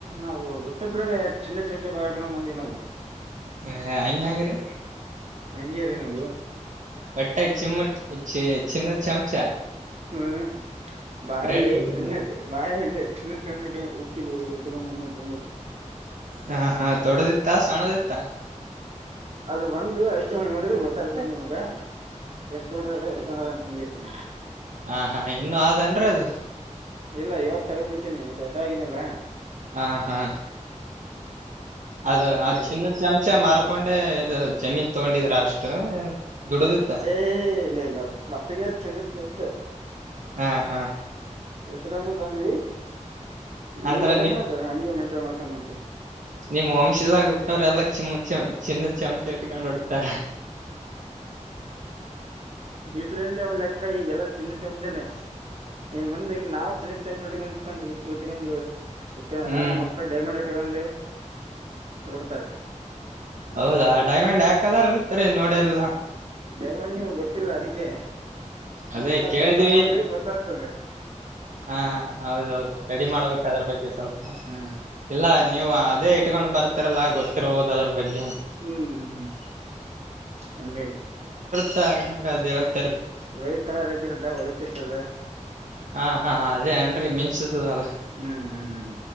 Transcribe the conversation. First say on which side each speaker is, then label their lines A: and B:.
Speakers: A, on the right (about 55°); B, on the right (about 80°).
A: ನಾವು ಒಟ್ಟತ್ಲ ಚಿನ್ನ ಚಮಚೆ ಬಾಟಕ್ಂದಿವಿ ನಾವು
B: ಹ ಹ ಹ್ಯಾಂಗೆಂಗ್ರಿ
A: ಹಂಗೆ ರೀ ನಾವು
B: ಬಟ್ಟಾ ಚಿಮ್ಮ ಚಿ ಚಿನ್ನ ಚಾಮ್
A: ಹ್ಮ್ ಬಾಯಲ್ಲಿ
B: ಗ್ರೇಟ್ ಬಿಡ್ರಿ
A: ಚಿನ್ನದು
B: ನೀವು
A: ಬಾಯಲ್ಲಿ ಚಿನ್ನದ್ <unintelligible> ಹಾಕಿಬು ಇಟ್ಕೊಂಡ್ ಬಂದ್ಅಂತ್ ಹೇಳತೆ
B: ಹಾ ಹಾಂ ದೊಡ್ಡದಿತ್ತಾ ಸಾಣ್ದಿತ್ತ
A: ಅದು ಬಂದು ಐದು ನೋಡಿದ್ರೆ ಗೊತ್ತಾಗ ನಿಮಗ ಎಷ್ಟ್ ದೊಡ್ಡದದ ಎಷ್ಟ <unintelligible>
B: ಹಾ ಹಾ ಇನ್ನು ಆದ್ ಏನ್ರೀ ಅದು
A: ಇಲ್ಲ ಇವಾಗ್ ತಗದ್ ಬಿಟ್ಟೀನಿ ಈ ದೊಡ್ಡ ಆಗನಿಲ್ಲಾ
B: ಆ ಹಾ ಅದು
A: ಹಂಗಾಗಿ
B: ಆ ಚಿನ್ನ ಚಮಚ ಮಾರ್ಕೊಂಡೆ ಇದು ಜಮೀನ್ ತಗೊಂಡಿದ್ರ ಅಷ್ಟು ಏನ್ ದುಡದಿತ್ತ
A: ಏ ಇಲ್ಲ ಇಲ್ಲ ಅದು ಮತ್ತಗೆ ಆದ್ ಚಿನ್ನದ್ ಚಮ್ಚ
B: ಹಾ ಹಾ
A: ಉಟ್ಕೊಂಡೆ ಬಂದ್ವಿ
B: ಅಂದ್ರ
A: ಈಗ ಅದ್ರನ ಮೇಗ್ ಹಂಗೆ ಮೆಂಟೈನ್ ಮಾಡ್ ಕನಲ್ತಿವ
B: ನಿಮ್ ವಂಶದಾಗ ಹುಟ್ಟೋವ್ರೆಲ್ಲಾ ಚಿಮ ಚಮ ಚಿನ್ನದ ಚಮಚ ಇಟ್ಕೊಂಡ್ ಹೊಡ್ತಾರೆ
A: <unintelligible> ಲೆಕ್ಕಾ ಈಗೆಲ ಚಿನ್ನದ್ ಚಮಚನೆ ಏನ್ ಮಂದ ಈಗ್ ನಾವು ಚಿನ್ನದ ಚಮ್ಚ್ ಇಟ್ಕೊಂಡು ಹುಟ್ಟಿ ತಿದಂಗ್ದವ್ ಹುಟ್ಟವ್ಯ
B: ಹ್ಮ್
A: ಮಕ್ಕಳ್ ಡೈಮಂಡ್ ಇಟ್ಟ್ಕೊಂಡು ಕೊಡ್ತಾರೆ
B: ಹೌದಾ ಡೈಮಂಡ್ ಯಾವ್ ಕಲರ್ ಇರ್ತ್ರಿ ನೋಡಿಲ್ಲಾ
A: ಡೈಮಂಡ ನಿಮ್ಗೆ ಗೊತ್ತಿಲ್ಲ ಅದಿಕೆ ನಮ್ಮಂತರ
B: ಅದೇ ಕೇಳಿದೀವಿ
A: ಸವಾಸ ಮಾಡ್ರಿ ಗೊತ್ತಾಗ್ತದೆ
B: ಹಾ ಹೌದೌದು ರೆಡಿ ಮಾಡ್ಬೇಕ ಅದ್ರ ಬಗ್ಗೆ ಸ್ವಲ್ಪ
A: ಹಾ
B: ಇಲ್ಲ ನೀವು ಅದೇ ಇಟ್ಕೊಂಡ ಬರ್ತಿರಲ್ಲ ಗೊತ್ತಿರ್ಬೋದ್ ಅದ್ರ ಬಗ್
A: ಹ್ಮ್ ಹ್ಮ್ ಹಂಗಾಗಿ
B: ತ ಹಂಗ್ ಅದ್ ಹೇಳ್
A: ವೈಟ್ ಕಲರ್ ಇದ್ದಿರುತ್ ಇದ ಒಳಿತಿರ್ತದೆ
B: ಹಾ ಹಾ ಅದೇ ಅನ್ರಿ ಮಿನ್ ಚ್ಚತದಲ್ಲ
A: ಹ್ಮ್ ಹ್ಮ್ ಹ್ಮ್